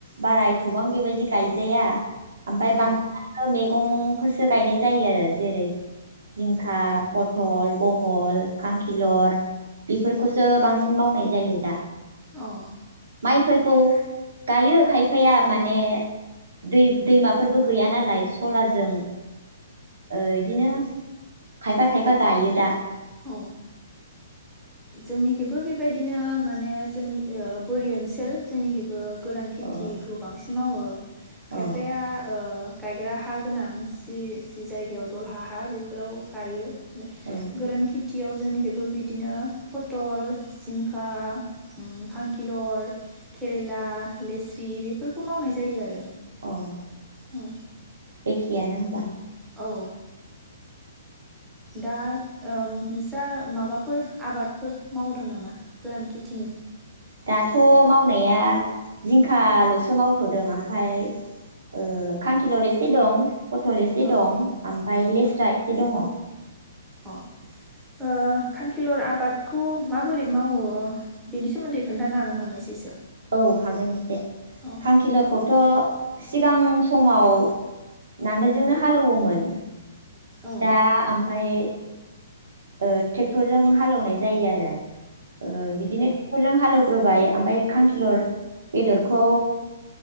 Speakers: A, on the right; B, in the centre.
A: बारा एथबां बेबायदि गायजाया ओमफाय
B: औ
A: बांसिनानो मोइ मैगंफोरसो गायनाय जायो आरो जेरै जिंखा पथल बहल खांखिलर बेफोरखौसो बांसिन मावनाय जायो दा।
B: अह
A: माइफोरखौ गायो खायफाया माने दै दैमाफोरबो गैया नालाय सलारजों ओ इदिनो खायफा खायफा गायो दा।
B: औ जोंनिखेबो बेबायदिनो माने जोंनि ओ बोरि ओनसोल जोंनिखैबो गोरान खेथिखौ
A: ओ
B: बांसिन मावो
A: अ
B: खायफाया ओ गायग्रा हा गोनां जि जि जायगायाव दलहा हा बेफोराव गायो ओ
A: औ
B: गोरानखि थियाव जोंनिखैबो बि दिनो पथल जिंखा खांखिलर केरेला लेस्रि बेफोरखौ मावनाय जायो आरो
A: अह
B: औ
A: एखेआनो होनबा?
B: औ दा ओम नोंस्रा माबाफोर आबादफोर मावदों नामा गोरान खेथिनि
A: दाथ' मावनाया जिंखाल'सो मावथ'दों आमफाय ओह खांखिलर एसे दं। पथल एसे
B: औ
A: दं आमफाय लेस्रा एसे दङ।
B: अह ओह खांखिलर आबादखौ माबोरै मावो बेनि सोमोन्दै खोन्थानो हागोन नामा एसेसो
A: ओउ हागोन इसे
B: औ
A: खांखिलरखौथ' सिगां समाव नांगोलजोंनो हालेवोमोन
B: औ
A: दा आमफाय ओह टेक्टरजों हालेवनाय जायो आरो ओह बिदिनो टेक्टरजों हालौ ग्रोबाय आमफाय खांखिलर बेदरखौ